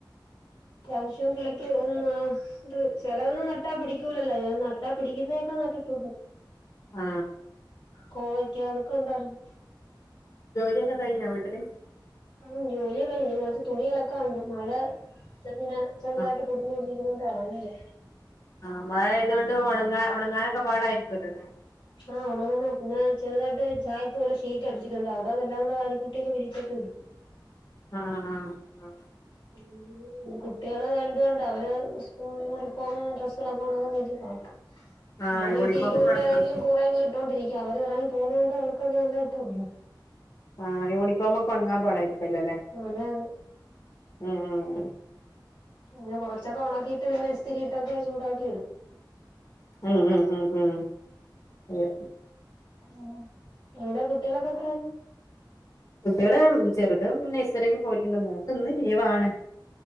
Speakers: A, on the left; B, on the left.
A: അത്യാവശ്യം കിളിക്കുവ്ന്ന് ത് ചെലതൊന്നും നട്ടാ പിടിക്കൂലല്ലാ നട്ടാ പിടിക്കുന്നെ ഒക്കെ നട്ടിട്ടൊണ്ട്
B: ആ
A: കോവയ്ക്കാ അതൊക്കെ ഒണ്ടാരുന്ന്
B: ജോലിയൊക്കെ കഴിഞ്ഞോ വീട്ടിലെ
A: ഉം ജോലിയൊക്കെ കഴിഞ്ഞ് ഇനി കൊറച്ച് തുണി അലക്കാൻ എണ്ട് മഴ ഇവിടെ ഇങ്ങനെ ചെറുതായിട്ട്
B: ആഹ്
A: പൊടിഞ്ഞു പൊടിഞ്ഞ് ഇരിക്കണ് തളങില്ല
B: അ മഴയായതു കൊണ്ട് ഒണങ്ങാൻ ഒണങ്ങാൻഒക്കെ പാടായിരിക്കുകവല്ലേ അല്ലെ
A: ആ ഒണങ്ങാൻ പിന്നെ ചെറുതായിട്ട് ചായിപ്പ് പോലെ ഷീറ്റ് അടിച്ചിട്ടുണ്ട് അവിടെ എല്ലാം കൂടെ വാരിക്കൂട്ടിയിട്ട് വിരിച്ചക്ക ഇടും
B: ആ ആ ആ അ
A: <unintelligible> കുട്ടികള് രണ്ടുണ്ട് അവര് ഉസ്കൂൾ യൂണിഫോമും ഡ്രസ്സ് എല്ലാം കൂടി <unintelligible>
B: ആഹ്
A: മ്മള്
B: യൂണിഫോം
A: വീട്ടീനിക്കുന്നകൊണ്ട്
B: ഒക്കെ ഉണങ്ങാൻ
A: ഏതെങ്കിലും കൂറേയെങ്കിലും ഇട്ടോണ്ട് ഇരിക്കും. അവര് പറയും പോണോണ്ട് അവർക്ക് അതുതന്നെ ഇട്ടു കൊടുക്കണം.
B: ആ യൂണിഫോമൊക്കെ ഒണങ്ങാൻ പാടായിരിക്കും. പിന്നല്ലേ
A: അതെ അതെ
B: മം മം മം
A: പിന്നെ കൊറച്ചൊക്കെ ഒണക്കിയിട്ട് പിന്നെ ഇസ്ത്തിരി ഇട്ടിട്ട് ചൂടാക്ക്
B: മം മം മം മം അതേ
A: ആ എന്താ കുട്ടികളൊക്കെ ഏത്രേല്?
B: കുട്ടികള് ചെറുത് നഴ്സറില് പേയിട്ട്ണ്ട്. മോക്ക് ഇന്ന് ലീവ് ആണ്.